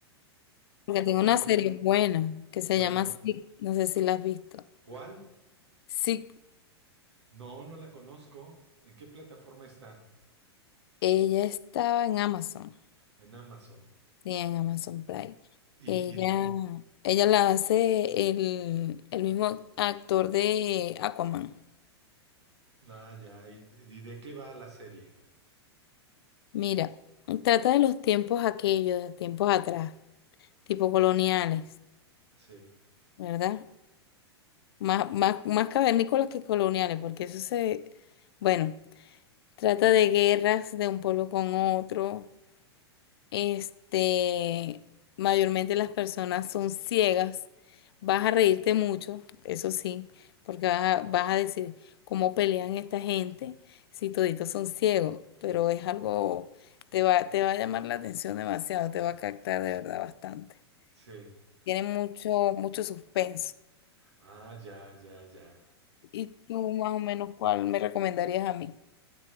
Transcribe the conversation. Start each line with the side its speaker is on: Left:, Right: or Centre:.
Left: Porque
Right: Con
Left: tengo
Right: bueno,
Left: una serie buena que se
Right: bueno,
Left: llama Sick, no sé si la has visto.
Right: ¿cuál?
Left: Sick,
Right: No, no la conozco. ¿En qué plataforma está?
Left: ella estaba en Amazon,
Right: En Amazon.
Left: sí, en Amazon Prime.
Right: Y,
Left: Ella,
Right: y, y-
Left: ella la hace el, el mismo actor de Aquaman.
Right: ah, ya, y, y de qué va la serie?
Left: Mira, trata de los tiempos aquellos, de tiempos atrás, tipo coloniales,
Right: Sí,
Left: ¿verdad? Más, más, más cavernícolas que coloniales, porque eso se, bueno, trata de guerras de un pueblo con otro Este, mayormente las personas son ciegas. Vas a reírte mucho, eso sí, porque vas a, vas a decir cómo pelean esta gente si toditos son ciegos, pero es algo, te va, te va a llamar la atención demasiado, te va a captar de verdad bastante.
Right: sí.
Left: Tiene mucho, mucho suspenso.
Right: Ah, ya, ya, ya.
Left: ¿Y tú más o menos cuál me recomendarías a mí?